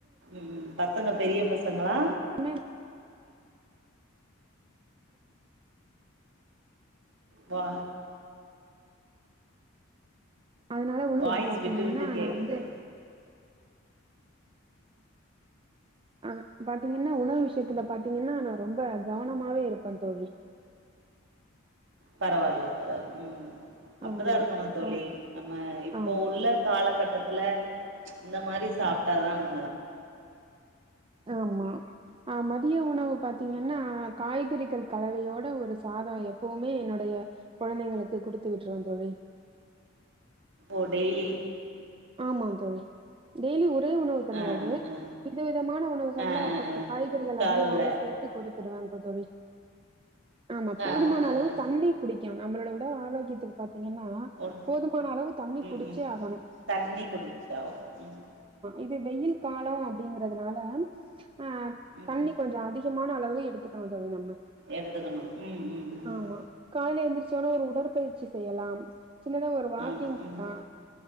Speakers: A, on the right (about 60°); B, on the right (about 25°).
A: உம் பசங்க பெரிய பசங்களா
B: உ
A: வா
B: அதனால உங்கங்கத்த
A: வாய்ஸ்
B: பாத்தீங்க
A: விட்டு
B: என்ன
A: விட்டு கேக்குதே
B: நான் வந்து அஹ் பாத்தீங்கன்னா என்ன உணவு விஷயத்துல
A: ம்
B: பாாரத்தீங்கன்னா ரொம்ப கவனமாவே இருப்பேன் தோழ
A: பரவாயில்ல உம் அப்படிதான்
B: ஆமா
A: இருக்கணும் தோழி
B: ஆ
A: நம்ம இப்போ
B: ஆம்
A: உள்ள காலகட்ட பத்துல இந்த மாதிரி சாப்பிட்டா தான
B: ஆமா ஆஹ் மதிய உணவு பாார்த்தீங்கன்னா
A: ம்
B: காய க்கிரக்கல் தலைவையோட ஒரு சாதா எப்பவுமே என்னுடைய குழந்தைங்களுக்கு குடுத்து விட்டுருவோம் த தொழில்
A: உடலி
B: ஆமா தோழி டெய்லி தியா உணவு கிடையாது
A: ஆ ஆ
B: விதவிதமான உணவுகளல
A: ஆ ஆ
B: கொஞ்ச
A: ஆ
B: காய்கறிகள்
A: கால்ல
B: அதிகமாகாவ சேர்த்து கொடுத்து திருவான்கூர் தோழி ஆமா
A: ஆ
B: போதுமான
A: ஆ ஆ
B: அளவு
A: ஆ
B: தண்ணீர் குடிக்கும் நம்மளோட உடல் ஆரோகியத்துக்கு பாத்து பாத்தீங்கன்னா
A: ஒன்
B: போதுமான அளவு தண்ணிர்
A: ம்
B: குடிச்சே
A: ம்
B: ஆகணும்
A: தண்ணி குடிச்சாவ உம்
B: இது வெயில் காலம் அப்படிங்கறதுனால ஆஹ்
A: ம்
B: தண்ணி
A: ம்
B: கொஞ்சம் அதிகமா அளவு எடுத்துக்கணும் தோழி நம்ம
A: எடுத்துக்கணும் ம் ம் ம்
B: ஆமா கால எழுந்திரிசோனா ஒரு உடற்பயிற்சி செய்யலாம் சின்னதா ஒரு வாக்கிங்
A: ஆமா ம்
B: ஆஹ்